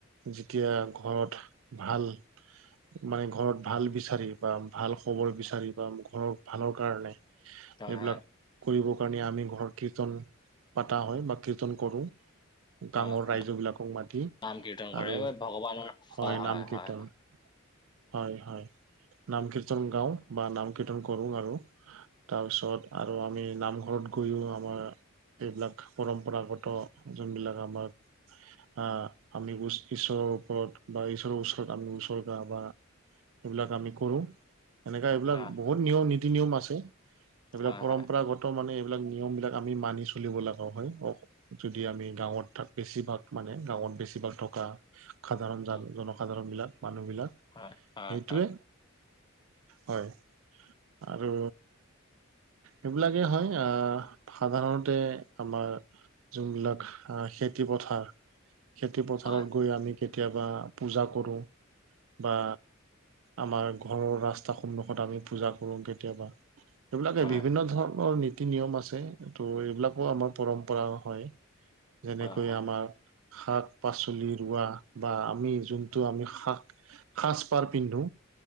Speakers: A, on the right (about 70°); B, on the left (about 20°).
A: যেতিয়া ঘৰত ভাল মানে ঘৰত ভাল বিচাৰি বা ভাল খবৰ বিচাৰি
B: উম,
A: বা ঘৰৰ ভালৰ কাৰণে এইবিলাক
B: হয় হয়
A: কৰিবৰ কাৰণে আমি ঘৰত কীৰ্তন পতা হয় বা কীৰ্তন কৰোঁ। গাঁৱৰ
B: হয় হয়।
A: ৰাইজ বিলাকক মাতি
B: নাম কীৰ্তন কৰে
A: আৰু
B: ঐ ভগৱানৰ
A: হয়
B: অ
A: নাম
B: হয়
A: কীৰ্তন হয়, হয়, নাম কীৰ্তন গাও বা নাম কীৰ্তন কৰো, আৰু তাৰপিছত আৰু আমি নামঘৰত গৈও আমাৰ এইবিলাক পৰম্পৰাগত যোনবিলাক আমাৰ আহ আমি ঈশ্বৰৰ ওপৰত বা ঈশ্বৰৰ ওচৰত আমি ওচৰ্গা বা সেইবিলাক আমি কৰোঁ এনেকা এইবিলাক
B: হয়
A: বহুত নিয়ম নীতি নিয়ম আছে এইবিলাক
B: হয়
A: পৰম্পৰাগত
B: হয় হয়
A: মানে এইবিলাক নিয়ম বিলাক আমি মানি চলিব লগা হয়। যদি আমি গাঁৱত বেছিভাগ মানে গাঁৱত বেছিভাগ থকা। সাধাৰণ
B: উম,
A: জ জনসাধাৰণবিলাক মানুহবিলাক
B: হয় হয়
A: সেইটোৱে
B: হয়।
A: হয়, আৰু এইবিলাকেই হয়। আহ সাধাৰণতে আমাৰ যোনবিলাক আহ খেতি পথাৰ খেতি পথাৰত
B: হয় হয়
A: গৈ আমি। কেতিয়াবা পূজা কৰোঁ বা আমাৰ। ঘৰৰ ৰাস্তা সন্মুখত আমি পূজা কৰো কেতিয়াবা এইবিলাকে
B: হয়
A: বিভিন্ন ধৰণৰ ন নীতি নিয়ম আছে ত' এইবিলাকো আমাৰ পৰম্পৰা হয় যেনেকৈ
B: হয় হয়
A: আমাৰ। শাক পাচলি ৰোৱা বা আমি যোনটো আমি শাক, সাজ পাৰ পিন্ধো